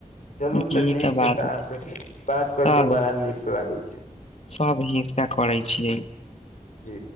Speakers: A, on the left; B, on the left.
A: चलू
B: जी
A: तऽ
B: ई
A: नीक छै
B: बात
A: तऽ अहाँसे बात करके
B: तब
A: बड़ा नीक लागै छै।
B: सब हींसका करै छियै।
A: जी